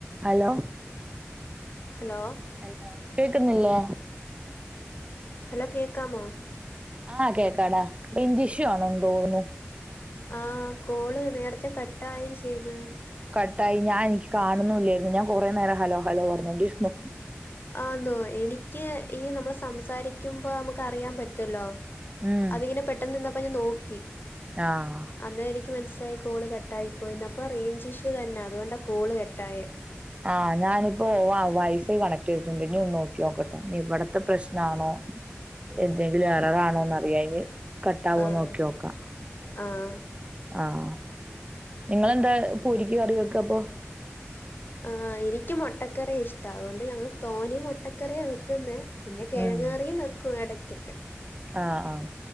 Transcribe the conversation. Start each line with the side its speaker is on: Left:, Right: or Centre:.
Right: Hello
Left: hello
Right: hello കേക്കുന്നില്ലേ
Left: hello കേക്കാമോ
Right: ആഹ് കേക്കാടാ റേഞ്ചിഷു ആണന്ന് തോന്നുന്നു
Left: ആ കോള് നേരത്തെ കട്ടായും ചെയ്ത്
Right: കട്ടായി ഞാൻ എനിക്ക് കാണുന്നുല്ലായിന്നു ഞാൻ കുറേ നേരം ഹലോ ഹലോ പറഞ്ഞോണ്ടിരുന്നു
Left: ആന്നോ എനിക്ക് ഈ നമ്മള് സംസാരിക്കുമ്പോ നമുക്ക് അറിയാൻ പറ്റല്ലോ
Right: ഉം
Left: അതിങ്ങനെ പെട്ടെന്ന് നിന്നപ്പൊ ഞാൻ നോക്കി
Right: ആഹ്
Left: അന്ന് എനിക്ക് മനസ്സിലായി കോള് കട്ടായി പോയിന്ന് അപ്പൊ റേഞ്ച് ഇഷ്യൂ തന്നെ അതുകൊണ്ടാ കോള് കട്ടായെ ആായേ
Right: ആഹ് ഞാനിപ്പോ വൈഫൈ കണക്ട് ചെയ്തിട്ടുണ്ട് ഇനി ഒന്ന് നോക്കി നോക്കട്ടെ ഇനി ഇവിടത്തെ പ്രശ്നാണോ എന്തെങ്കിലും എററാണോന്ന് അറിയാന് കട്ടാവോന്ന്
Left: ആഹ്
Right: നോക്കി നോക്കാം
Left: ആഹ്
Right: ആഹ് നിങ്ങെന്താ പൂരിക്ക് കറി വെക്ക അപ്പൊ
Left: ആ എനിക്ക് മുട്ടക്കറി ഇഷ്ടം അതുകൊണ്ട് ഞങ്ങൾ തോന്നേ മുട്ടക്കറിയാ വെക്കുന്നേ പിന്നെ കിഴങ്ങ്
Right: ഉം
Left: കറിയും വെക്കും ഇടയ്ക്ക്
Right: ആഹ്